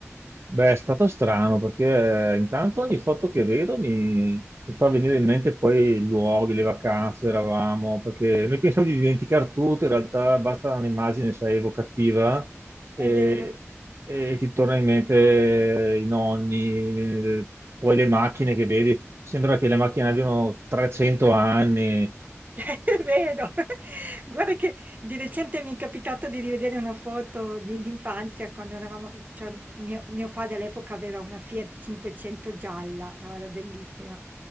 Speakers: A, on the right; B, on the right.
A: Beh, è stato strano perché eh, intanto ogni foto che vedo mi, mi fa venire in mente poi i luoghi, le vacanze, eravamo, perché noi pensavo di dimenticar tutto, in realtà basta un'immagine, sai, evocativa e,
B: è vero.
A: e ti torna in mente i nonni, eh, poi le macchine che vedi, sembra che le macchine abbiano 300 anni,
B: <laughs> È vero, <laughs> guarda che di recente mi è capitato di rivedere una foto di, di infanzia quando eravamo, cioè mio, mio padre all'epoca aveva una Fiat 500 gialla, no, era bellissima,